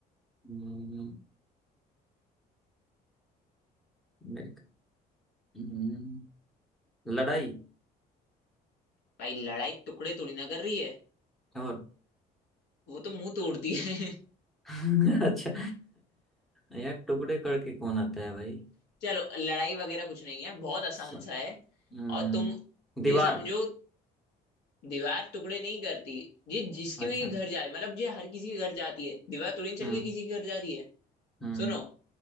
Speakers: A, in the centre; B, on the left.
A: हम्म, मेरे हम्म, लड़ाई
B: भाई लड़ाई टुकड़े तोड़ी ना कर रही है
A: और
B: वो तो मुंह तोड़ती है
A: <laughs> अच्छा यार टुकड़े करके कौन आता है भाई
B: <laughs> चलो लड़ाई वगैरह कुछ नहीं है बहुत आसान
A: स-
B: सा है
A: हम्म,
B: और तुम
A: दीवार
B: ये समझो दीवार टुकड़े नहीं करती ये जिसके
A: अच्छा
B: भी घर जाए मतलब ये हर किसी के घर जाती है दीवार तोड़ने चल
A: हम्म
B: के किसी के घर जा रही है
A: हम्म
B: सुनो